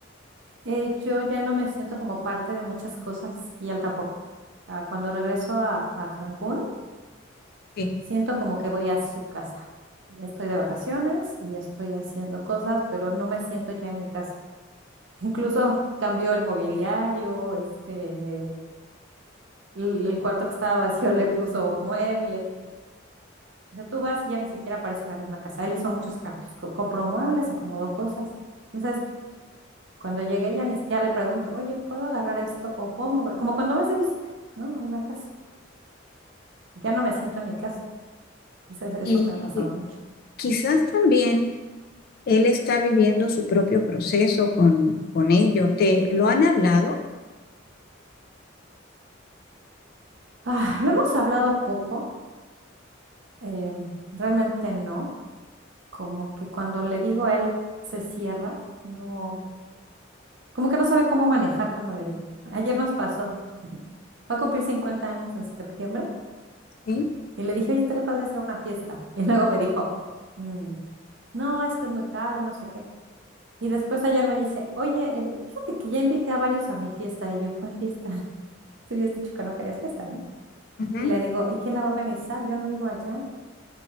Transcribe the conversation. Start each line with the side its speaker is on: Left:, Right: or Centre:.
Right: eh, yo ya no me siento como parte de muchas cosas y él tampoco. Ah, cuando regreso a, a Cancún,
Left: que-
Right: siento como que voy a su casa. Ya estoy de vacaciones y estoy haciendo cosas, pero no me siento ya en mi casa. <laughs> Incluso cambió el mobiliario, este, el, el cuarto que estaba vacío le puso muebles. O sea, tú vas y ya ni siquiera parece la misma casa. Él hizo muchos cambios, co- compró muebles, acomodó cosas. Entonces, cuando llegué ya ni siquiera le pregunto, oye, ¿puedo agarrar esto o puedo mover? Como cuando vas de visita, ¿no? A una casa. Ya no me siento en mi casa. Ese- ese-
Left: Y
Right: Eso, me ha pasado mucho.
Left: quizás también él está viviendo su propio proceso con, con ello. ¿Te lo han hablado?
Right: Ah, lo hemos hablado poco, eh, realmente no. Como que cuando le digo a él, se cierra. No, Como que no sabe cómo manejar cuando le digo. Ayer nos pasó. <laughs> Va a cumplir 50 años en septiembre
Left: Sí.
Right: y le dije, oye, estaría padre hacer una fiesta. <laughs> Y luego me dijo, "Mm, no, es que es muy caro, no sé qué. Y después ayer me dice, oye, eh, fíjate que ya invité a varios a mi fiesta. Y yo, ¿cuál fiesta? <laughs> Tú habías dicho que no querías fiesta, ¿no?
Left: Ujú.
Right: Y le digo, ¿y quién la va a organizar? Yo no vivo allá